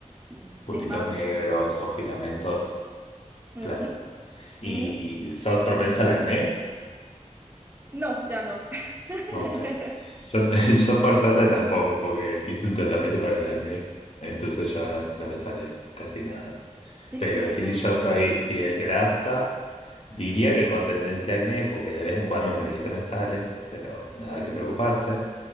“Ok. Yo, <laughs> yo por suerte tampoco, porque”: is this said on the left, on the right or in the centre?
Left